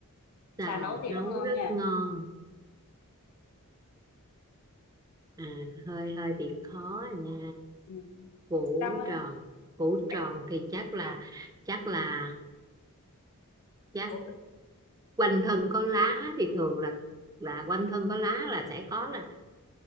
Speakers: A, on the right; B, on the left.
A: xào
B: xào nấu thì
A: nấu
B: rất ngon
A: rất
B: nha
A: ngon à, hơi hơi bị khó à nha
B: ừ.
A: củ
B: xong á,
A: tròn củ
B: cái-
A: tròn thì chắc là chắc là chắc
B: củ,
A: quanh thân có lá thì thường là là quanh thân có lá là sẽ có là